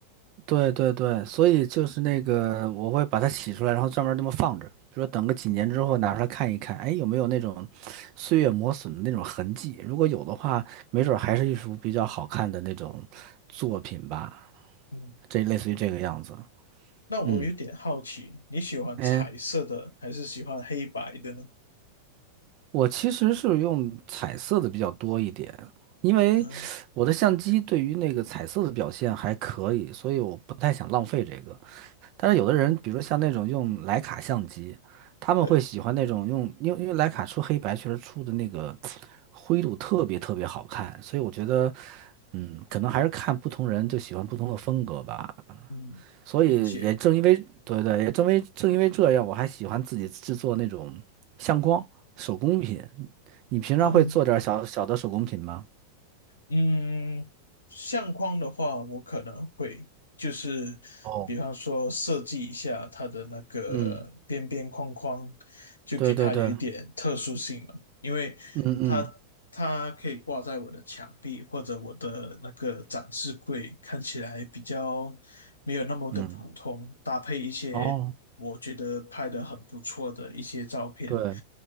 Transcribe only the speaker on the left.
嗯，
那我有点好奇，
你喜欢彩色的还是喜欢黑白的呢？
啊，
嗯，
对，
嗯，
理解
啊。嗯，相框的话，我可能会就是，
比方说设计一下它的那个边边框框，
就给它有一点特殊性嘛，
因为它它可以挂在我的墙壁或者我的那个展示柜，
看起来比较没有那么的普通，
搭配一些我觉得拍的很不错的一些照片，